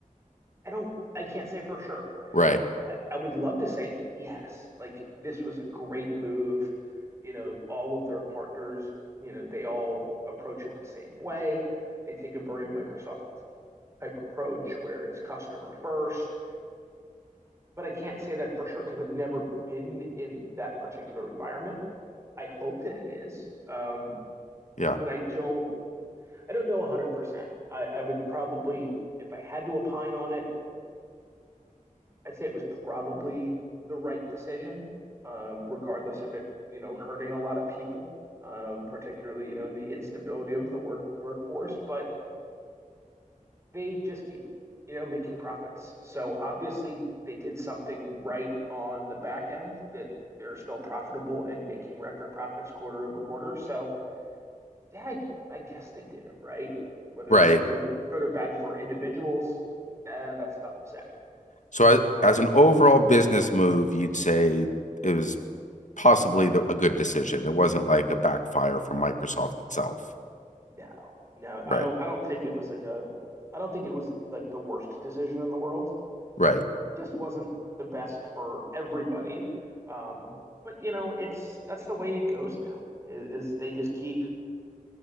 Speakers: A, on the right; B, on the left.
A: I don't I can't say for sure.
B: Right.
A: I, I would love to say yes, like this was a great move. You know, all of their partners, you know, they all approach it the same way. They take a very Microsoft type approach where it's customer first, but I can't say that for sure because I've never been in that particular environment. I hope that it is. Um,
B: Yeah.
A: but I don't I don't know 100%. I, I would probably, if I had to opine on it, I'd say it was probably the right decision, um, regardless of it, you know, hurting a lot of people, um, particularly, you know, in the instability of the work workforce. But they just keep, you know, making profits. So obviously they did something right on the back end that they're still profitable and making record profits quarter over quarter. So yeah, I, I guess they did it right. Whether
B: Right.
A: it was good, good or bad for individuals, eh, that's tough to say.
B: So, I, as an overall business move, you'd say it was possibly the, a good decision. It wasn't like a backfire from Microsoft itself.
A: No, no,
B: Right.
A: I don't. I don't think it was like a. I don't think it was like the worst decision in the world.
B: Right.
A: It just wasn't the best for everybody. Um, but you know, it's that's the way it goes now. Is, is they just keep